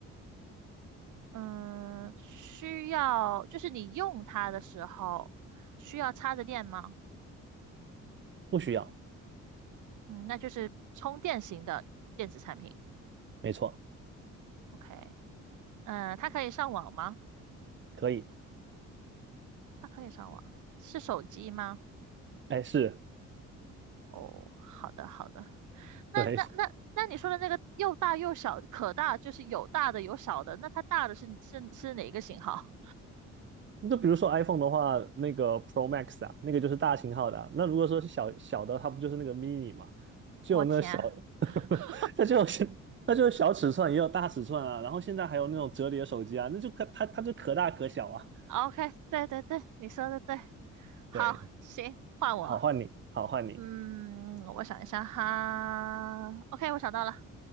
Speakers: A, on the right (about 80°); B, on the right (about 40°).
A: 嗯，需要就是你用它的时候需要插着电吗？
B: 不需要，
A: 嗯，那就是充电型的电子产品。
B: 没错，
A: OK，嗯，它可以上网吗？
B: 可以，
A: 它可以上网，是手机吗？
B: 哎，是，
A: 哦，好的好的。那那那那你说的那个又大又小，
B: 对，
A: 可大就是有大的有小的，那它大的是是是哪个型号？
B: 就比如说 iPhone 的话，那个 Pro Max 啊，那个就是大型号的啊那如果说是小小的，它不就是那个 mini 嘛？就有那呵小，
A: 我天
B: <laughs>
A: <laughs>
B: 它就有小它就有小尺寸，也有大尺寸啊。然后现在还有那种折叠手机啊，那就可它它就可大可小啊。
A: ，OK，对对对，你说的对，好，
B: 对，
A: 行，换我，
B: 好换你，好换你，
A: 嗯，我想一下哈，OK，我想到了，